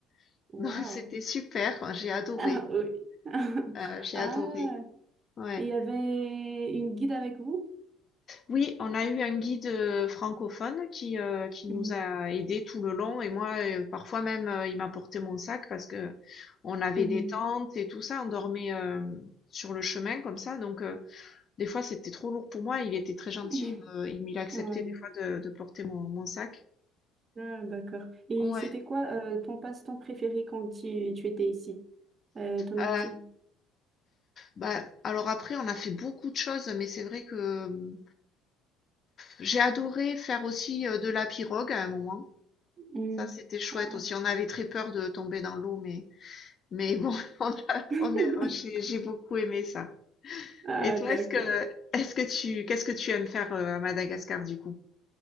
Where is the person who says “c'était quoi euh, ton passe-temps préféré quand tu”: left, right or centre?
Right